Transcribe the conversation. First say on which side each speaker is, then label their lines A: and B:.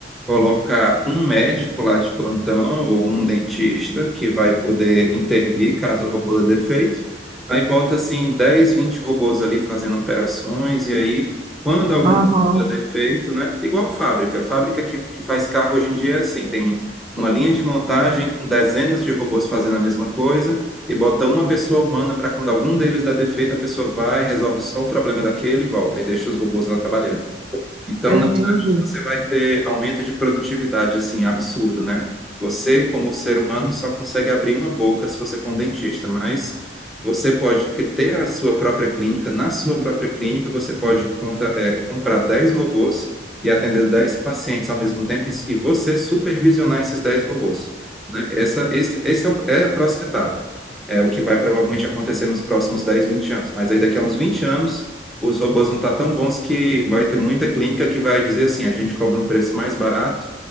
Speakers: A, in the centre; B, on the right.
A: colocar um médico lá de plantão ou um dentista que vai poder intervir caso o robô dê defeito. Aí bota assim dez vinte robôs ali fazendo operações, e aí quando algum
B: Aham,
A: robô dá defeito, né? Igual fábrica, fábrica que, que faz carro hoje em dia é assim, tem uma linha de montagem com dezenas de robôs fazendo a mesma coisa, e bota uma pessoa humana para quando algum deles dá defeito, a pessoa vai, resolve só o problema daquele e volta, e deixa os robôs lá trabalhando. Então,
B: eu
A: na
B: entendi.
A: prática, você vai ter aumento de produtividade, assim, absurdo, né? Você, como ser humano, só consegue abrir uma boca se você for um dentista, mas você pode cri- ter a sua própria clínica. Na sua própria clínica, você pode contra- eh, comprar 10 robôs e atender 10 pacientes ao mesmo tempo e e você supervisionar esses 10 robôs, né? Essa, esse, esse é, o- é a próxima etapa. É o que vai provavelmente acontecer nos próximos dez vinte anos. Mas aí, daqui a uns 20 anos, os robôs vão estar tão bons que vai ter muita clínica que vai dizer assim, a gente cobra um preço mais barato,